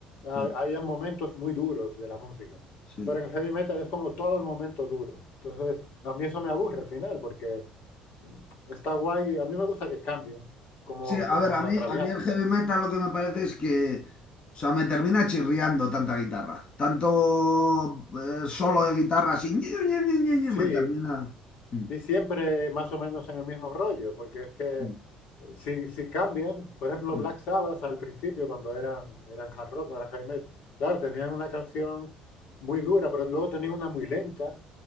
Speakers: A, on the left; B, on the left.
A: ha-
B: sí,
A: había momentos muy duros de la música.
B: sí.
A: Pero en el heavy metal es como todo el momento duro. Entonces, a mí eso me aburre al final, porque está guay. A mí me gusta que cambien, como,
B: Sí, a
A: como
B: ver, a
A: en la
B: mí,
A: Traviata.
B: a mí el heavy metal lo que me parece es que, o sea, me termina chirriando tanta guitarra. Tanto eh, solo de guitarra así, ñe, ñe, ñe, ñe, ñe,
A: Sí,
B: me termina. Mm,
A: y siempre más o menos en el mismo rollo, porque es que
B: mm,
A: eh, si, si cambian, por ejemplo,
B: mm,
A: Black Sabbath al principio, cuando eran, eran hard rock, no eran heavy metal, claro, tenían una canción muy dura, pero luego tenían una muy lenta